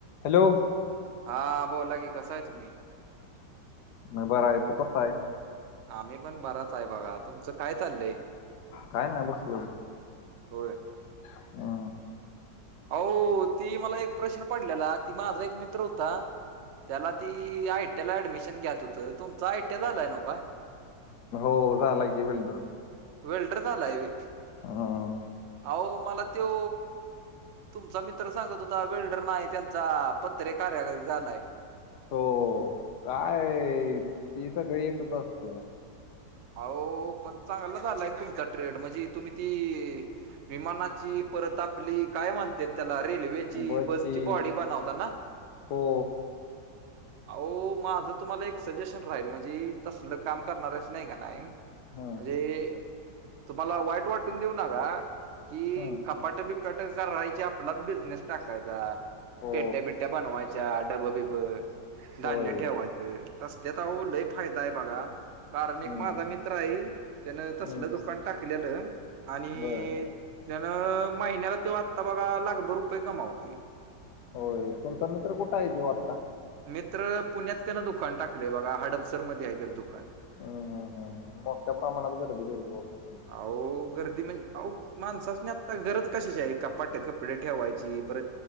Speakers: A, on the left (about 70°); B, on the right (about 65°).
A: हॅलो.
B: हा बोला की कसं आहे तुम्ही.
A: मग बरं आहे तो कसा आहे.
B: आम्ही पण बराच आहे बघा तुमचं काय चाललंय.
A: काय नाही बसलोय
B: होय.
A: हम्म
B: हो ती मला एक प्रश्न पडलेला ती माझा एक मित्र होता त्याला ती आय टी ला ऍडमिशन घ्यात होतं तुमचा आय टी झालंय ना व्हय.
A: हो झाला की वेलडर
B: वेल्डर झालाय व्हय
A: हम्म
B: आहो मला त्यो तुमचा मित्र सांगत होता वेल्डर नाही त्यांचा पत्रे कार्या झालाय.
A: हो काय ती सगळी एकच असतया.
B: अहो पण चांगला झालाय तुमचा ट्रेड म्हणजे तुम्ही ती विमानाची परत आपली काय म्हणत्यात त्याला रेल्वेची
A: बची
B: बसची बॉडी बनवताना.
A: हो
B: अह मा माझं तुम्हाला एक सजेशन राहील म्हणजे तसलं काम करणार अस का नाही म्हणे
A: हम्म
B: तुम्हाला वाईट वाटून देऊ नका कि
A: हम्म
B: कपाट बिपाट कराहायची आपलाच बिझनेस टाकायचा.
A: हो
B: पेट्या बिटट्या बनवायच्या डब बिब धान्य
A: होय
B: ठेवाय ते तसल्यात आहो लय फायदा काय बघा. कारण
A: हम्म
B: एक माझा मित्र आहे त्यानं तसलं
A: हम्म
B: दुकान टाकलेलं आणि
A: बर
B: त्यानं महिन्याला ते आत्ता बघा लागभर रुपये कमावतोय.
A: होय तुमचा मित्र कुठे आहे तो आत्ता
B: मित्र पुण्यात त्यांना दुकान टाकलंय बघा हडपसरमध्ये आहे त्या दुकान
A: हम्म हम्म हम्म हम्म मोठ्या प्रमाणात गर्दी बेलदी त अस
B: आहो गर्दी म्हणजे आहो माणसासनी आता गरज कशाची आहे कपाट कपडे ठेवायची परत